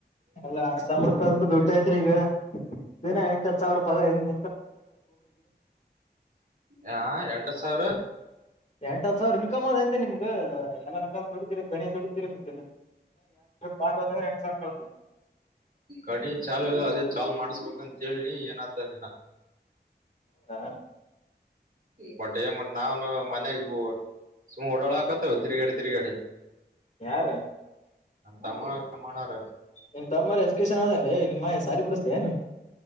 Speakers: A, on the left (about 40°); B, on the right (about 50°).
A: ಅಲ್ಲ ಅಣ್ಣತಮ್ಮೆಂದ್ರ ದುಡ್ಲಯತ್ರಿ ಈಗ ದಿನ ಎಂಟತ್ ಸಾವಿರ ಪಗರ ಹೆಂಗ
B: ಹ ಎಂಟತ್ತು ಸಾವಿರ
A: ಎಂಟ ಸಾವಿರ ಇನ್ಕಮ್ ಅದ ಎಂತೆ ನಿಮಗೆ ಎಲ್ಲ ರ ದುಡಿದೀರಿ ಕಣಿ ದುಡ ಎಂಟ್ ಸಾವಿರ ಮಾಡ
B: ಕಡಿ ಚಾಲು ಇಲ್ಲ ಚಾಲು ಮಾಡಸ್ಬೇಕ ಅಂತೇಳನಿ ಏನತ ನಿಿನ
A: ಹೌದಾ
B: ಬಟ್ ಏನ್ ಮಾಡ ನಾವ ಮನೆಗ ಸು್ ಓಡಾಳ ಹಕತ್ತವ ತಿರ್ಗಾಡೆ ತಿರ್ಗಾಡೆ
A: ಯಾರ
B: ಅ ತಮ ಮನರ
A: ನಿನ್ ತಮ್ಮರ ಎಜುಕೇಶನ್ ಅದಲ್ಲೇ ನಿಮ್ಮ ಸಾಲಿ ಬಿಡಿಸಸ್ತೇ ಏನು